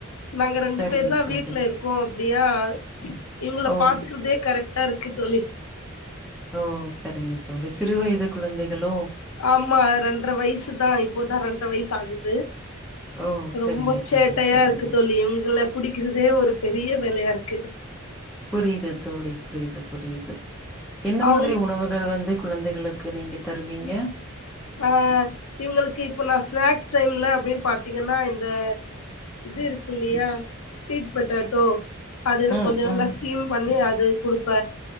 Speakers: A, on the left; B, in the centre.
A: நாங்க ரெண்டு
B: சரிங்க
A: பேர் தான்
B: தோழி.
A: வீட்ல இருக்கோம் பியா இவங்கள
B: ஓ!
A: பாத்துக்கறதே கரெக்ட் அ இருக்கு தோழி
B: ஓ சரிங்க தோழி சிறு வயது குழந்தைகளோ
A: ஆமா ரெண்ற வயசு தா இப்போதா ரெண்ற வயசு சாகுது
B: ஓ! சரிங்க
A: ரொம்ப
B: தோழி,
A: சேட்டையா
B: சரிங்க.
A: இருக்கு தோழி இவங்கள புடிக்கிறதே ஒரு பெரிய வேளையா இருக்கு
B: புரியுது தோழி புரியுது புரியுது என்ன
A: அவுங்
B: மாதிரி உணவுகள் வந்து குழந்தைகளுக்கு நீங்க தருவீங்க
A: அ இவுங்க்ளுக்கு இப்ப நா ஸ்நாக்ஸ் டைம்ல அப்டின்னு பாத்தீங்க்ன்னா இந்த இது இருக்கு இல்லையா ஸ்வீட் பொட்டேட்டோ அதுது
B: ம்,
A: கொஞ்ச நல்லா
B: ம்.
A: ஸ்டீம் பண்ணி அத் து குடுப்ப